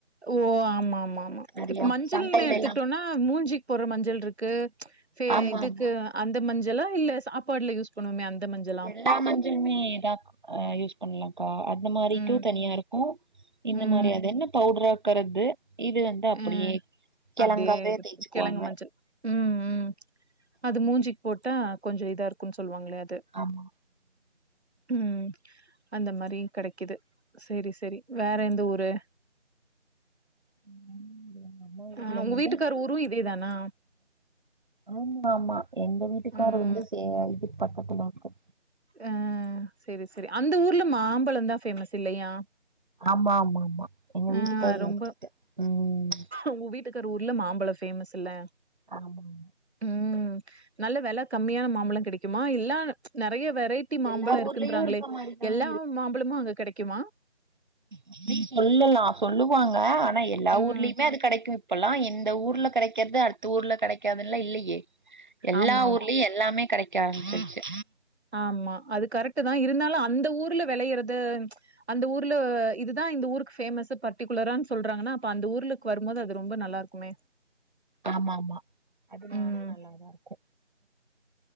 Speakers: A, on the right (about 65°); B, on the right (about 40°).
A: ஓ ஆமா ஆமா ஆமா
B: நெறையா
A: இப்ப மஞ்சள்னு
B: சந்தையிலல்லா
A: எடுத்துக்கிட்டோம்னா மூஞ்சிக்கு போடுற மஞ்சள் இருக்கு சே
B: ஆமா
A: இதுக்கு
B: ஆமா
A: அந்த மஞ்சளா இல்ல சாப்பாடுல யூஸ் பண்ணுவோமே அந்த மஞ்சளா
B: எல்லா மஞ்சலுமே யூஸ் பண்ணல்கா அந்த மாரிக்கு
A: ம்
B: தனியா இருக்கு ம் இந்த
A: ம்
B: மாரி அது என்ன பவுடராக்கறது இது வந்து அப்டியே
A: அ
B: கிழங்காவே
A: அப்டியே இது
B: தேய்ச்சுக்குவாங்க
A: கெழங்கு மஞ்சள் ம் ம் அது மூஞ்சிக்கு போட்டா கொஞ்ச இதா இருக்கும்ன்னு சொல்லுவாங்களே அது
B: ஆமா
A: ம் அந்த மாரியு கிடைக்குது சேரி சேரி வேற எந்த ஊரு
B: <unintelligible>
A: ஆ
B: இருந்துதா
A: உங்க வீட்டுக்கார ஊரு இதே தானா
B: ஆமா ஆமா எங்க வீட்டுக்காரரு
A: ம்
B: வந்து சே இது பக்கத்துலா இருக்கு
A: அ சேரி சேரி அந்த ஊர்ல மாம்பழம்தா ஃபேமஸ் இல்லையா
B: ஆமா ஆமா ஆமா எங்க
A: ஆ
B: வீட்டுக்கார
A: ரொம்ப
B: ஓட்டே ம்
A: உங்க வீட்டுக்கரு ஊர்ல மாம்பழம் பேமஸ் இல்ல
B: ஆமா மா
A: ம் நல்ல வில கம்மியான மாம்பழம் கிடைக்குமா இல்லா நெறைய வெரைட்டி குட்டி மாம்பழம்
B: எல்லா
A: இருக்குன்றாங்களே
B: ஊர்லயும் இருக்க மாரிதான்
A: எல்லா மாம்பழமு அங்க கிடைக்குமா
B: அப்ப சொல்லலா சொல்லுவாங்க ஆனா எல்லா
A: ம்
B: ஊர்லயுமே அது கிடைக்கு இப்பல்லா இந்த ஊர்ல கிடைக்கிறது அடுத்த ஊர்ல கிடைக்காதுல்ல இல்லையே எல்லா
A: ஆமா ஆமா
B: ஊர்லயு எல்லாமே கிடைக்க ஆரம்பச்சிச்சு
A: ஆமா அது கரெக்ட் தா இருந்தாலு அந்த ஊர்ல விளையறது அந்த ஊர்ல இதுதா இந்த ஊருக்கு பேமஸ் பர்டிகுலரனு சொல்றாங்கன்னா அ அந்த ஊர்ல கு வரும்போது அது ரொம்ப நல்லா இருக்குமே
B: ஆமா ஆமா அது நா
A: ம்
B: நல்லாதா இருக்கு